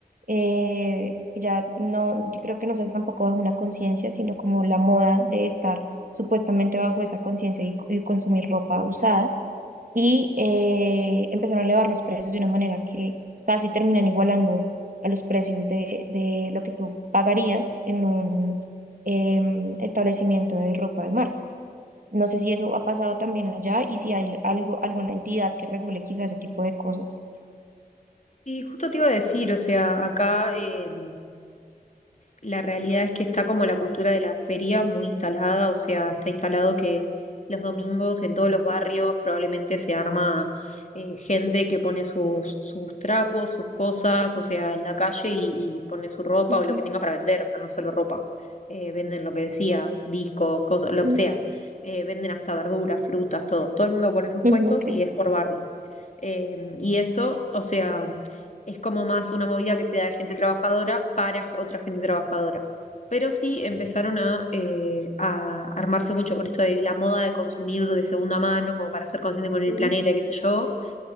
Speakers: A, on the right; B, on the left.
A: eh, ya no, yo creo que no se hace tampoco bajo una conciencia, sino como la moda de estar supuestamente bajo esa conciencia y, y consumir ropa usada. Y eh, empezaron a elevar los precios de una manera que casi terminan igualando a los precios de, de lo que tú pagarías en un em, establecimiento de ropa de marca. No sé si eso ha pasado también allá y si hay algo, alguna entidad que regule quizás ese tipo de cosas.
B: Y justo te iba a decir, o sea, acá... eh, La realidad es que está como la cultura de la feria muy instalada, o sea, está instalado que los domingos en todos los barrios probablemente se arma eh, gente que pone sus, sus trapos, sus cosas, o sea, en la calle y, y pone su ropa
A: Okay.
B: o lo que tenga para vender, o sea, no solo ropa. Eh, venden lo que decías, discos, cosas, lo
A: Ujú,
B: que sea. Eh, venden hasta verduras, frutas, todo. Todo el mundo pone sus
A: Ujú,
B: puestos
A: ok.
B: y es por barrio. Eh, y eso, o sea, es como más una movida que sea de gente trabajadora para ge- otra gente trabajadora. Pero sí empezaron a, eh, a armarse mucho con esto de la moda de consumir de segunda mano, como para ser consciente con el
A: ujú,
B: planeta y qué sé yo.